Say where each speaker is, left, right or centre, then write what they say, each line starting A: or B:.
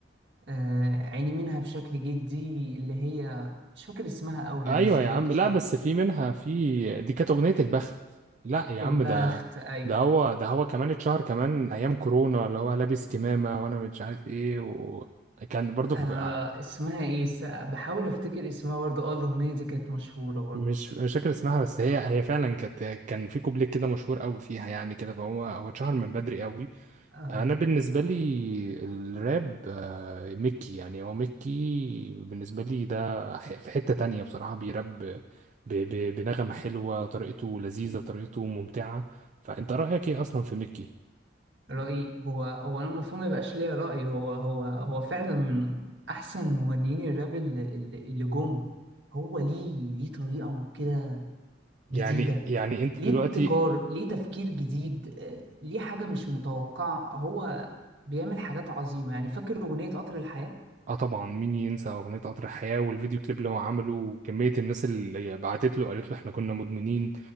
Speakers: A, on the right; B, on the right.
A: آه، عيني منها بشكل جدي اللي هي مش فاكر اسمها قوي يعني
B: ايوه
A: بس الاغنيه
B: يا عم
A: دي شهرته
B: لا بس في منها في دي كانت اغنيه البخت لا يا
A: البخت
B: عم ده
A: ايوه
B: ده هو ده هو كمان اتشهر كمان ايام كورونا اللي هو لابس كمامه وانا مش عارف ايه وكان برضو
A: آه
B: في آه،
A: اسمها ايه س- بحاول افتكر اسمها برضه اه الاغنيه دي كانت مشهوره برضه
B: مش مش فاكر اسمها بس هي هي فعلا كانت كان في كوبليه كده مشهور قوي فيها يعني كده فهو هو اتشهر من بدري قوي
A: آه
B: انا بالنسبه لي الراب آه، ميكي يعني هو ميكي بالنسبه لي ده ح- في حته تانية بصراحه بيراب ب- ب- بنغمه حلوه طريقته لذيذه طريقته ممتعه فانت رايك ايه اصلا في ميكي
A: رأيي هو هو أنا المفروض ما يبقاش ليا رأي هو هو هو فعلا من أحسن مغنيين الراب اللي, اللي اللي جم هو ليه ليه طريقة كده جديدة
B: يعني يعني انت
A: ليه
B: دلوقتي
A: ابتكار ليه تفكير جديد آه، ليه حاجة مش متوقعة هو بيعمل حاجات عظيمة يعني فاكر أغنية قطر الحياة
B: اه طبعا مين ينسى اغنيه قطر الحياه والفيديو كليب اللي هو عمله وكميه الناس اللي بعتت له قالت له احنا كنا مدمنين